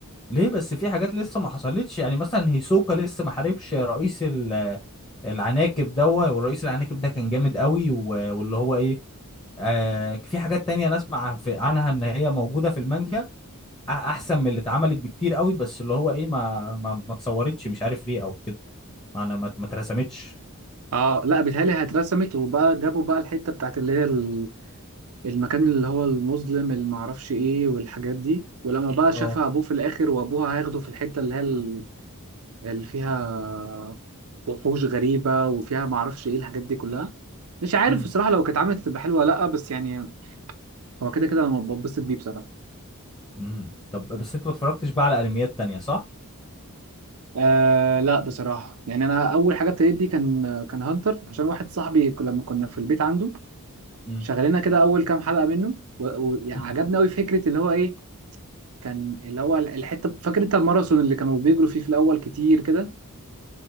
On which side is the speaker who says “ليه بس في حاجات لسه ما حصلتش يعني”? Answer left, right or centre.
Left